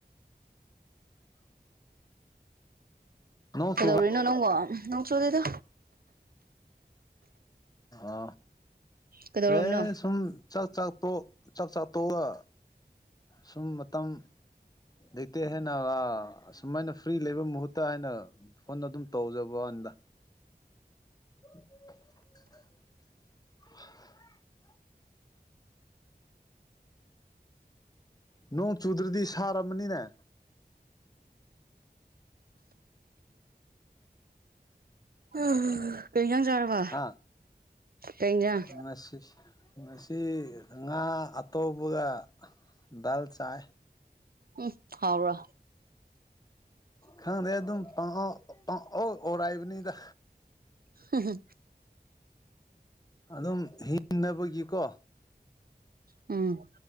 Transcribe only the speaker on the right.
ꯀꯩꯗꯧꯔꯤꯅꯣ
ꯅꯪꯉꯣ ꯅꯪꯁꯨꯨꯗꯦꯗ
ꯀꯩꯗꯧꯔꯝꯃꯤꯅꯣ
ꯑꯣ ꯍ ꯄꯦꯡꯖꯥꯡ ꯆꯥꯔꯕ
ꯄꯦꯡꯖꯥꯡ
ꯎꯝ ꯍꯥꯎꯕ
ꯍꯍ
ꯎꯝ